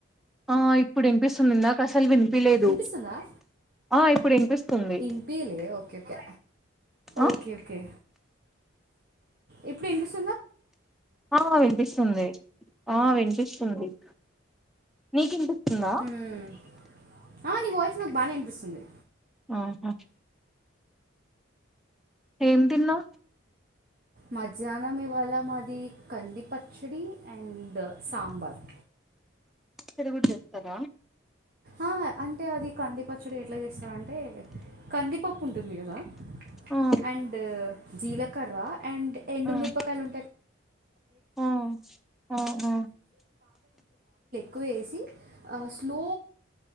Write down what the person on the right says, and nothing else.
వినిపిస్తుందా
ఇన్పియలే ఓకే ఓకే
ఓకే ఓకే ఇప్పుడు వినిపిస్
మ్మ్. ఆ నీ వాయిస్ నాకు బానే అనిపిస్తుంది
మధ్యాహ్నం ఇవాళ మాది కంది పచ్చడి అండ్ సాంబార్
ఆ అంటే అది కందిపచ్చుడు ఎట్లా చేస్తారుంటే కందిపప్పు ఉంటుంది కదా
మ అ వ
బ
కొ ఎ లో